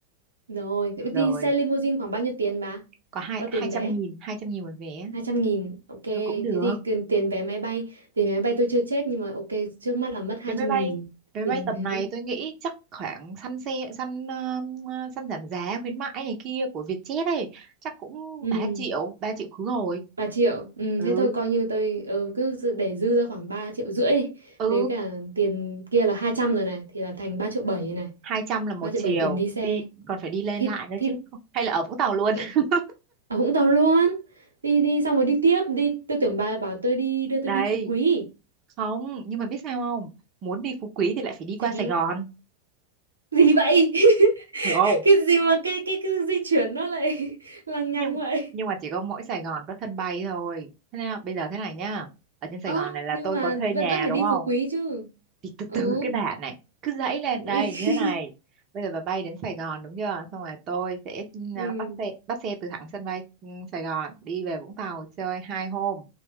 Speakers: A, on the right; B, on the right.
A: Rồi, thế đi
B: rồi
A: xe limousine khoảng bao nhiêu tiền bà?
B: có hai
A: Bao
B: hai
A: tiền
B: trăm
A: vé?
B: nghìn hai trăm nghìn một vé
A: hai trăm nghìn. Ok,
B: thôi cũng được
A: thế thì tiền, tiền vé máy bay. Tiền vé máy bay tôi chưa check nhưng mà ok, trước mắt là mất hai
B: vé máy
A: trăm
B: bay
A: nghìn.
B: vé máy
A: Tiền
B: bay tầm
A: thế.
B: này tôi nghĩ chắc khoảng săn xe săn ờ, ờ, săn giảm giá khuyến mãi này kia của Vietjet ấy chắc cũng
A: Ừ.
B: ba triệu ba triệu khứ hồi
A: ba triệu ừ,
B: ừ
A: thế thôi coi như tôi ừ, cứ dự- để dư ra khoảng 3 triệu rưỡi đi.
B: ừ
A: với cả tiền kia là 200 rồi này thì là thành 3 triệu 7 này
B: hai trăm là một
A: 3 triệu
B: chiều
A: 7 tiền đi xe
B: đi còn phải đi lên
A: thì
B: lại nữa
A: thì
B: chứ Không- hay là ở Vũng Tàu luôn
A: ờ,
B: <laughs>
A: ở Vũng Tàu luôn đi đi xong rồi đi tiếp đi tôi tưởng bà bảo tôi đi đưa
B: đây
A: tôi đi Phú Quý
B: không nhưng mà biết sao không muốn đi Phú Quý thì lại phải đi qua
A: sao
B: Sài Gòn
A: gì vậy <laughs>
B: hiểu không
A: cái gì mà cái cái cái di chuyển nó lại <laughs> lằng
B: nhưng
A: nhằng vậy
B: nhưng mà chỉ có mỗi Sài Gòn có sân bay thôi thế nào bây giờ thế này nhá ở trên Sài
A: ơ
B: Gòn này là
A: nhưng
B: tôi
A: mà
B: có thuê nhà
A: vẫn vẫn phải
B: đúng
A: đi
B: không
A: Phú Quý chứ
B: thì từ
A: ừ
B: từ cái bà này cứ dãy lên
A: <laughs>
B: đây như thế này bây giờ bà bay đến Sài Gòn đúng chưa xong rồi tôi sẽ ừ,
A: ừ
B: bắt xe bắt xe từ thẳng sân bay ừ, Sài Gòn đi về Vũng Tàu chơi hai hôm